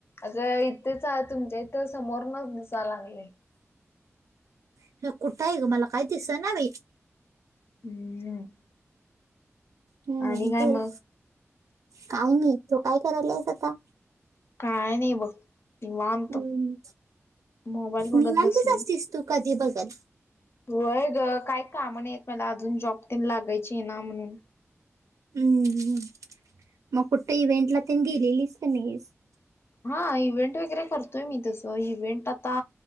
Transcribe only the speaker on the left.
आग इथेच तुमच्या इथं समोरन दिसा लागलय.
हम्म <unintelligible>
आणि काय
मग
काय नाही बघ. निवांत.
मोबाईल बघत
बसलोय.
होय ग काय काम नाहियेत मला अजून जॉब तेन लागायची आहे ना म्हणून.
हा इव्हेंट वगैरे करतोय मी तसं इव्हेंट आता